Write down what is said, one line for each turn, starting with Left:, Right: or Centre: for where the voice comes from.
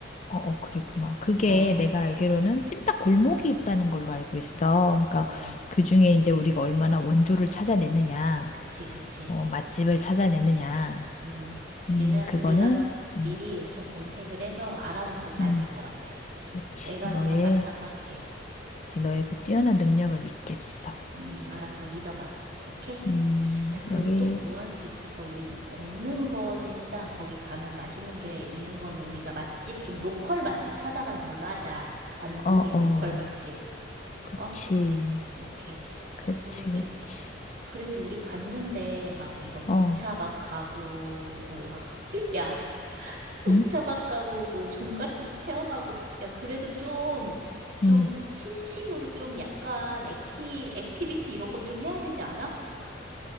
Left: 어, 어, 그리고 막 그게
Right: 어,
Left: 내가 알기로는 찜닭 골목이 있다는 걸로 알고 있어. 그러니까
Right: 어.
Left: 그 중에 이제 우리가 얼마나 원조를 찾아내느냐,
Right: 그치, 그치.
Left: 어, 맛집을 찾아내느냐,
Right: 음, 걔는
Left: 음, 그거는,
Right: 우리가
Left: 음,
Right: 미리 좀 검색을 해서 알아놓고 가야
Left: 음.
Right: 될 것 같아.
Left: 그렇지.
Right: 내가
Left: 너의,
Right: 그건 맡아서 할게.
Left: 그치, 너의 그 뛰어난 능력을 믿겠어.
Right: 음, 알았어. 믿어봐. 오케이?
Left: 음,
Right: 야, 그리고
Left: 여기,
Right: 또 뭐 할 수 있을까? 우리 먹는 거는 일단 거기 가면 맛있는 게 있는 거는 우리가 맛집, 좀 로컬 맛집 찾아가는 걸로 하자. 안동의
Left: 어,
Right: 로컬
Left: 어,
Right: 맛집.
Left: 그치,
Right: 어? 오케이.
Left: 그치,
Right: 그리고 좀,
Left: 그치.
Right: 그래도 우리 갔는데 막 이거 녹차
Left: 어,
Right: 막 가고, 뭐, <laughs> 야. 뚝차박
Left: 응?
Right: 가고 뭐 종갓집 체험하고 야 그래도 좀 좀
Left: 응.
Right: 신식으로 좀 약간 액티 액티비티 이런 거 좀 해야 되지 않아?